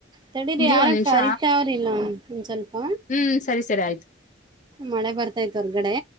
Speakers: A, on the right; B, on the left.
A: ತಡೀಿದ
B: ಇರಿ
A: ಯಾರಕ್ಕ
B: ಒಂದ್ ನಿಮಿಷ
A: ಅರಿತ ಅವ್ರಲ್ಲ ಒಂದ್ ಸ್ವಲ್ಪ
B: ಹ್ಮ್ ಸರಿ ಸರಿ ಆಯ್ತು
A: ಮಳೆ ಬರ್ತಾ ಇತ್ತು ಹೊರ್ಗಡೆ